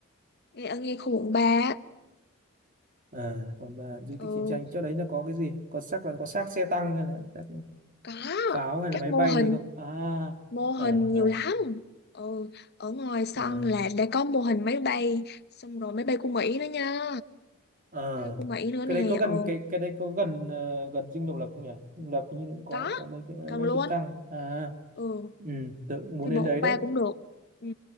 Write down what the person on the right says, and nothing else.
à còn mà di
tích chiến tranh chỗ đấy nó có cái gì có xác là có xác xe tăng hay là xác
pháo hay
là máy
bay
gì không à
à
à,
à.
Ờ,
cái đấy có gần
cái cái đấy có gần ờ, gần dinh độc lập không nhỉ? Dinh độc lập như cũng có
có mấy cái máy
bay
trực thăng. À,
ừ, tự muốn
đến
đấy
đấy.